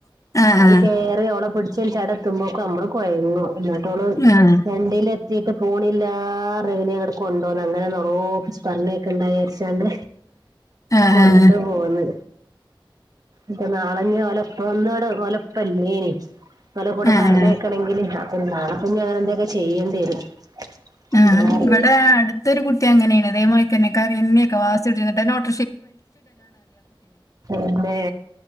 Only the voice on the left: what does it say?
ആഹ്
ആഹ്
ആഹ് ആഹ്
ആഹ്
ആഹ്
ആ്
ഇവിടെ അടുത്തരു കുട്ടി അങ്ങനെയാണ് ദയ മക്കെ കറിിയന്നെയൊക്കെ വാസി നോട്ട